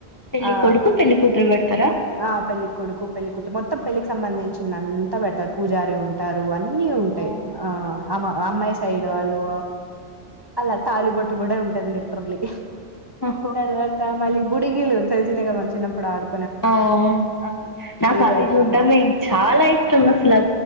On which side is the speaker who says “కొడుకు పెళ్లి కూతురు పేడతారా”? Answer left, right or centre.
Left